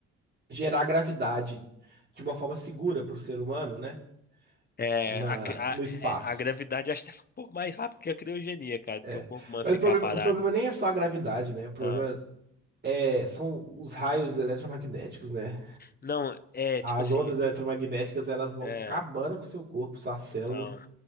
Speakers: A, on the right; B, on the left.
A: gerar gravidade de uma forma segura para o ser humano, né?
B: É,
A: Na,
B: a,
A: no
B: a,
A: espaço.
B: é, a gravidade acho que é um pouco mais rápido que a criogenia, cara, porque
A: É.
B: o corpo humano
A: Mas
B: ficar
A: o problema,
B: parado.
A: o problema nem é só a gravidade, né? O problema
B: Ah,
A: é, são os raios eletromagnéticos, né?
B: não, é
A: As
B: tipo assim.
A: ondas eletromagnéticas elas vão
B: É,
A: acabando com o seu corpo, suas células,
B: então,